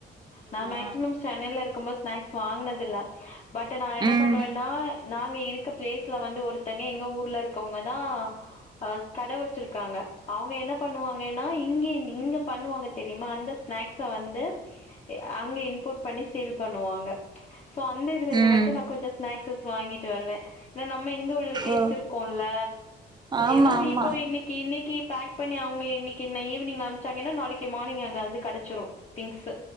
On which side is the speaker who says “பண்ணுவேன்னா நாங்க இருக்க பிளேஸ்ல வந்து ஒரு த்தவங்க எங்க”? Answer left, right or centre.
Left